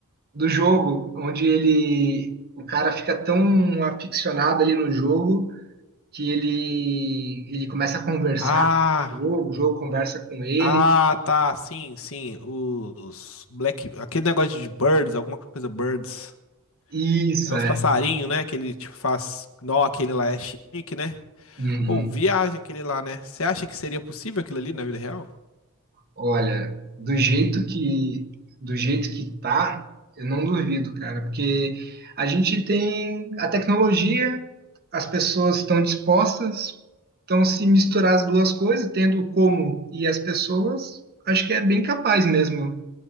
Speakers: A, on the right; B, on the left.
A: do jogo, onde ele. O cara fica tão aficionado ali no jogo que ele, ele começa a conversar
B: Ah,
A: com o jogo, o jogo conversa com ele.
B: ah, tá. Sim, sim. Os Black. Aquele negócio de birds, alguma coisa birds.
A: Isso,
B: É uns
A: é.
B: passarinhos, né? Que ele tipo faz. Não, aquele lá é chique, né?
A: Uhum.
B: Ou viagem aquele lá, né? Você acha que seria possível aquilo ali na vida real?
A: Olha, do jeito que do jeito que tá, eu não duvido, cara, porque a gente tem a tecnologia, as pessoas estão dispostas, então se misturar as duas coisas, tendo o como e as pessoas, acho que é bem capaz mesmo.